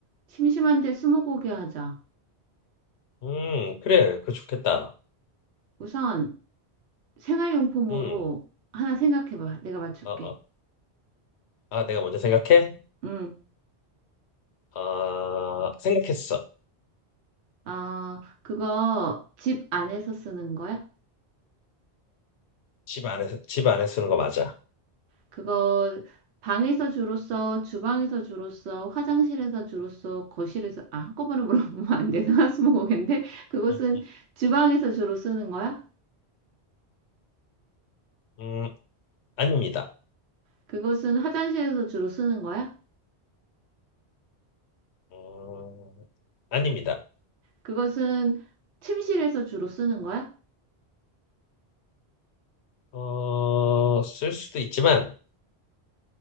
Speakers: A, on the right (about 80°); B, on the left (about 80°).
A: 심심한데 스무고개 하자.
B: 음, 그래, 그거 좋겠다.
A: 우선 생활용품으로
B: 음,
A: 하나 생각해봐. 내가 맞출게.
B: 어, 어. 아, 내가 먼저 생각해?
A: 응.
B: 아, 생각했어.
A: 아, 그거 집 안에서 쓰는 거야?
B: 집 안에, 집 안에 쓰는 거 맞아.
A: 그거 방에서 주로 써, 주방에서 주로 써, 화장실에서 주로 써, 거실에서, 아, 한꺼번에 물어보면 안 되나? <laughs> 스무고개인데? 그것은
B: 어,
A: 주방에서 주로 쓰는 거야?
B: 음, 아닙니다.
A: 그것은 화장실에서 주로 쓰는 거야?
B: 음, 아닙니다.
A: 그것은 침실에서 주로 쓰는 거야?
B: 어, 쓸 수도 있지만,